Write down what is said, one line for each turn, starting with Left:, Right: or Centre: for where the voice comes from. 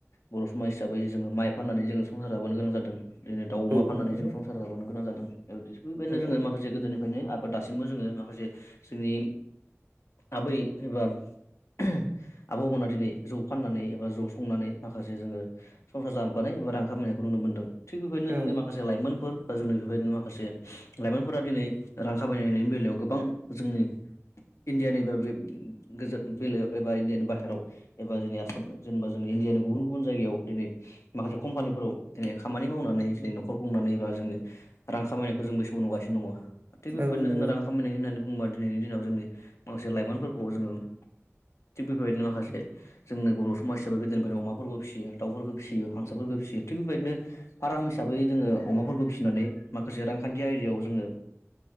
Left: बर' समाज हिसाबै जोङो माइ फाननानै जो संसार जाबोनो गोनां जादों। दिनै दाउ
Right: औ
Left: अमा फाननानै
Right: नंगौ
Left: जों संसार जाबोनो गोनां जादों बेबायदिनो
Right: औ
Left: जोङो माखासे गोदोनि बेनो आबाद दासिमबो जोङो माखासे जोंनि आबै एबा ओम आबौमोना दिनै जौ फाननानै एबा ज' संनानै माखासे जोङो संसार जाबोबानै एबा रां खामायनायखौ नुनो मोनदों। थिग बेबायनो
Right: औ
Left: जोंनि माखासे बे लाइमोनफोर बा जोंनि बेफोरबायदिनो माखासे लाइमोनफोरा दिनै रां खाबायनायनि बेलायाव गोबां जोंनि इण्डियानि बागै उम गोजोन बेलायाव एबा इण्डियानि बाहेरायाव एबा जोंनि आसाम जेनेबा जोंनि इण्डियानि गुबुन गुबुन जायगायाव दिनै माखासे कम्पानिफोराव दिनै खामानि मावनानै जेरै न'खर खुंनानै बा जोंनि रां खामायनायखौ जों बे समाव नुगासिनो दङ। थिग बेफोरबायदिनो
Right: औ नंगौ
Left: जोंना रां खामायनाय होननानै बुङोबा दिनैनि दिनाव जोंनि माखासे लाइमोनफोरखौ जोङो थिग बेबायदिनो माखासे जोंनो बर' समाज हिसाबै गोदोनिफ्रायनो अमाफोरबो फिसियो दाउफोरफोरखौ फिसियो हारसाफोरफोरखौ फिसियो। थिग बेबायदिनो फाराम हिसाबै जोङो अमाफोरखौ फिसिनानै माखासे रांखान्थि आयदायाव जोङो